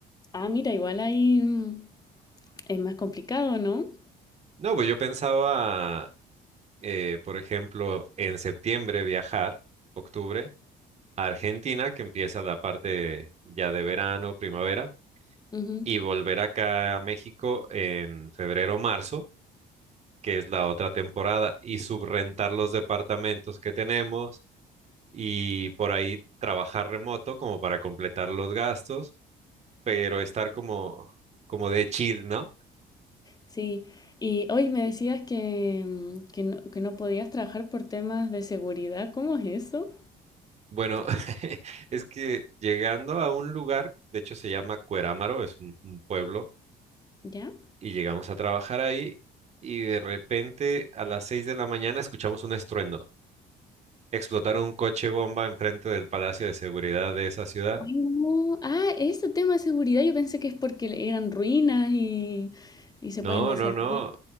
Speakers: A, on the left (about 20°); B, on the right (about 40°).
A: Ah, mira, igual ahí mm, es más complicado, ¿no?
B: No, pues yo pensaba, eh, por ejemplo, en septiembre viajar, octubre, a Argentina, que empieza la parte ya de verano, primavera,
A: Ujú,
B: y volver acá a México en febrero, marzo, que es la otra temporada, y subrentar los departamentos que tenemos y por ahí trabajar remoto como para completar los gastos, pero estar como, como de chill, ¿no?
A: Sí. Y hoy me decías que, mm, que no, que no podías trabajar por temas de seguridad. ¿Cómo es eso?
B: Bueno, <laughs> es que llegando a un lugar, de hecho se llama Cuerámaro, es un, un pueblo,
A: ¿Ya?
B: y llegamos a trabajar ahí y de repente a las 6 de la mañana escuchamos un estruendo. Explotaron un coche bomba enfrente del Palacio de Seguridad de esa ciudad.
A: Ay, no. Ah, ese tema de seguridad yo pensé que es porque eran ruinas y, y se
B: No,
A: pueden desarmar.
B: no, no,